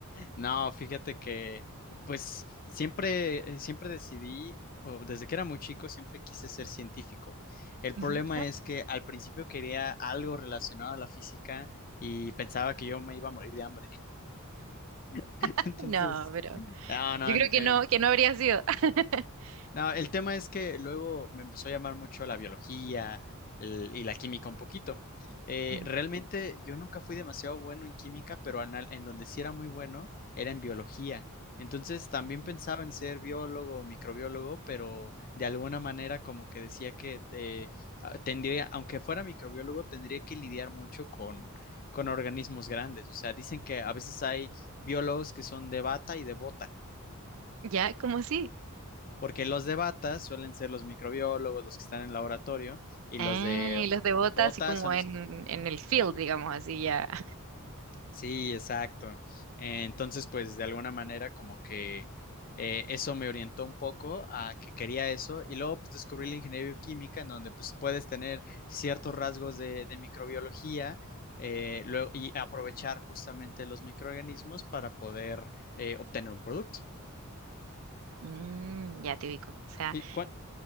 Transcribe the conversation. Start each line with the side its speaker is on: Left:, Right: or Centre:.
Left: No, fíjate que, pues, siempre, eh, siempre decidí, o desde que era muy chico, siempre quise ser científico. El
Right: Ujú.
Left: problema
Right: <laughs>
Left: es que al principio quería algo relacionado a la física y pensaba que yo me iba a morir de hambre. <laughs>
Right: Ah,
Left: Entonces,
Right: No, pero
Left: no, no,
Right: yo creo
Left: en,
Right: que no, que no habría sido. <laughs>
Left: No, el tema es que luego me empezó a llamar mucho la biología el- y la química un poquito. Eh,
Right: Ujú.
Left: realmente yo nunca fui demasiado bueno en química, pero anal- en, donde sí era muy bueno era en biología. Entonces también
Right: Ujú.
Left: pensaba en ser biólogo o microbiólogo, pero de alguna manera como que decía que eh, ah, tendría, aunque fuera microbiólogo, tendría que lidiar mucho con, con organismos grandes. O sea, dicen que a veces hay biólogos que son de bata y de bota.
Right: Ya, como sí.
Left: Porque los de bata suelen ser los microbiólogos, los que están en el laboratorio, y
Right: Ah,
Left: los de
Right: y los de bota
Left: botas
Right: así como
Left: son
Right: en,
Left: los...
Right: en el field, digamos, así ya. <laughs>
Left: Sí, exacto. Eh, Entonces, pues de alguna manera como que eh, eso me orientó un poco a que quería eso, y luego pues, descubrí la ingeniería bioquímica, en donde pues puedes tener ciertos rasgos de, de microbiología. eh, luego, y aprovechar justamente los microorganismos para poder eh, obtener un producto.
Right: Mm, ya te ubico. O sea,
Left: ¿Y cuál